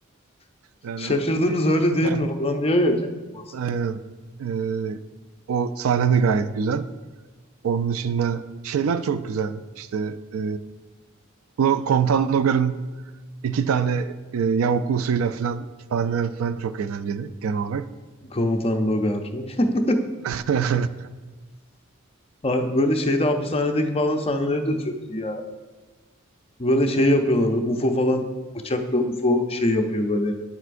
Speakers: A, on the left; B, on the right.
A: <laughs>
B: Yani
A: Şaşırdınız
B: o
A: öyle
B: güzel
A: değil mi falan diyor ya Cem Yılmaz.
B: Aynen. Ee, o sahne de gayet güzel. Onun dışında şeyler çok güzel. İşte e, Lo- Komutan Logar'ın iki tane e, yavuklusuyla falan sahneler falan çok eğlenceli genel olarak.
A: Komutan Logar. <laughs>
B: <laughs>
A: Ay, Böyle şeyde hapishanedeki falan sahneleri de çok iyi Böyle şey yapıyorlar böyle UFO falan bıçakla UFO şey yapıyor böyle.